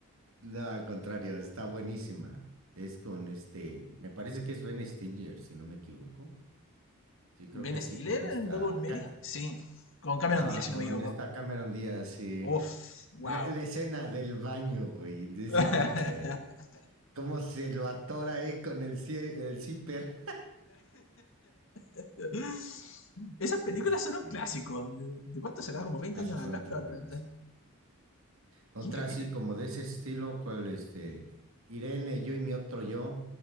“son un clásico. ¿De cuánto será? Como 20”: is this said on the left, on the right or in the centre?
Left